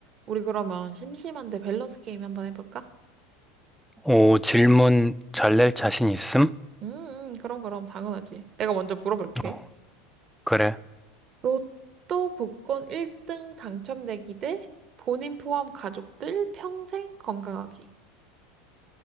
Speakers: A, on the right; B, in the centre.
A: 우리 그러면 심심한데 밸런스 게임 한번 해볼까?
B: 오, 질문 잘 낼 자신 있음?
A: 음, 음, 그럼 그럼 당연하지. 내가 먼저 물어볼게.
B: 어, 그래.
A: 로또 복권 1등 당첨되기 대 본인 포함 가족들 평생 건강하기.